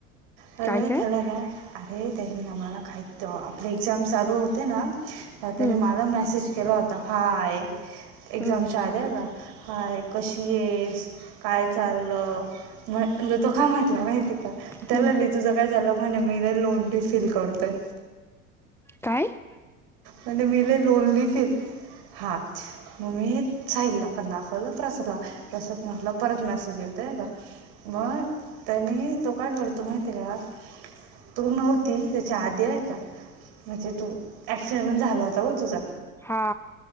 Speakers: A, on the right; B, in the centre.
A: हवे
B: काय काय
A: लला <unintelligible> अरे त्यांने ना मला कायत आपले एक्झाम चालू होते ना, तर त्यांने
B: हम्म
A: मला मेसेज केला होता, हाय! एक्झामच्या
B: हम्म
A: आदि बरका हाय, कशी येस, काय चाललं? म तो काय म्हटला माहिती का, त्याला
B: हम्म
A: तुझं काय झालं म्हणे मी लई लोणली फील करतोय.
B: काय?
A: म्हणे मी लई लोनली फील, हा. मग मी हे साहिलला पण दाखवलं प्रसादला, प्रसद म्हटलं परत मेसेज येउदे बरका मग त्यांनी तो काय करतो माहिती का? तू नव्हती त्याच्या आधी आहे का, म्हणजे तू ॲक्सिडेंट झाला होता बघ तुझा.
B: हा.